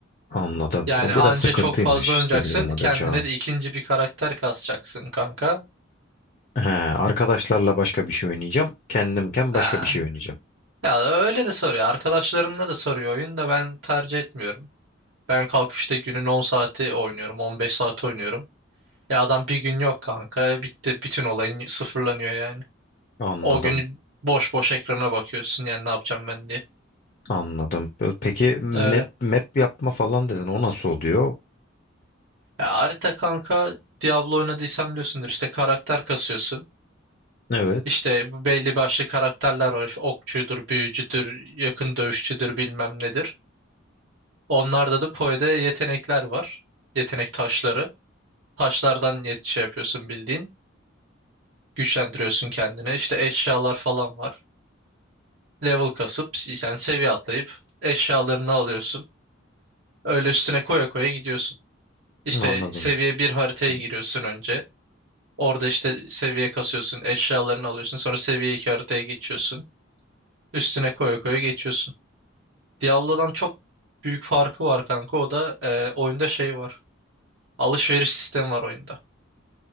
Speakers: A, on the left; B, on the right.
A: Anladım.
B: Yani
A: O biraz
B: anca
A: sıkıntıymış.
B: çok fazla oynayacaksın.
A: İstediğin zaman
B: Kendine
A: döneceğim ama.
B: de ikinci bir karakter kasacaksın kanka.
A: He, arkadaşlarla başka bir şey oynayacağım. Kendimken
B: Ha.
A: başka bir şey oynayacağım.
B: Ya öyle de soruyor. Arkadaşlarımla da soruyor oyun da ben tercih etmiyorum. Ben kalkıp işte günün 10 saati oynuyorum. 15 saat oynuyorum. Ya adam bir gün yok kanka. Bitti. Bütün olayın sıfırlanıyor yani.
A: Anladım.
B: O günü boş boş ekrana bakıyorsun yani ne yapacağım ben diye.
A: Anladım. Peki map,
B: Öyle.
A: map yapma falan dedin. O nasıl oluyor?
B: Ya harita kanka Diablo oynadıysan biliyorsundur işte karakter kasıyorsun.
A: Evet.
B: İşte bu belli başlı karakterler var. İşte okçudur, büyücüdür, yakın dövüşçüdür bilmem nedir. Onlarda da Poe'de yetenekler var. Yetenek taşları. Taşlardan yet şey yapıyorsun bildiğin. Güçlendiriyorsun kendine. İşte eşyalar falan var. Level kasıp yani seviye atlayıp eşyalarını alıyorsun. Öyle üstüne koya koya gidiyorsun. İşte
A: Anladım.
B: seviye bir haritaya
A: dedi.
B: giriyorsun önce. Orada işte seviye kasıyorsun, eşyalarını alıyorsun. Sonra seviye 2 haritaya geçiyorsun. Üstüne koya koya geçiyorsun. Diablo'dan çok büyük farkı var kanka. O da e, oyunda şey var. Alışveriş sistemi var oyunda.